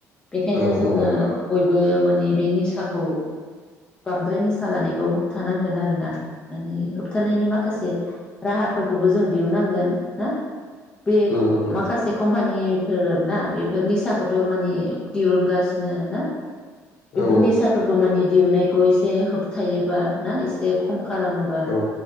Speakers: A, on the left; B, on the left.
A: बेखायनो
B: औ
A: जोङो
B: औ औ
A: बयबो ओ माने बे निसाखौ बांद्राय निसा लानायखौ होबथानांगोन आरो ना माने होबथानायनि माखासे राहाफोरखौबो जों दिहुननांगोन ना बे
B: उम
A: खब
B: उम उम
A: माखासे कम्पानि बेफोर ना बेफोर निसा खौथ' माने दिरुनगासिनो ना बेफोर
B: औ
A: निसा फोरखौ माने दिहुननाय खौ एसे होबथायोबा ना एसे खम खालामोबा
B: औ